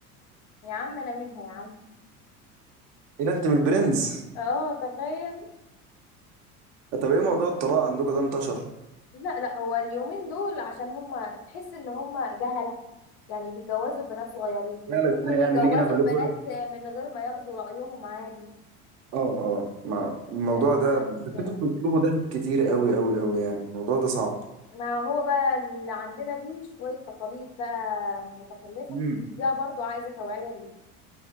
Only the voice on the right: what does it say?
إيه ده أنت من البرنس
طب إيه موضوع الطلاق عندكم ده انتشر
لا لا
ازاي يعني
نيجي نعمل
لكم
اه اه ما الموضوع
ده
بس
انتوا بتطلبوا دهب كتير قوي قوي قوي يعني الموضوع ده صعب
امم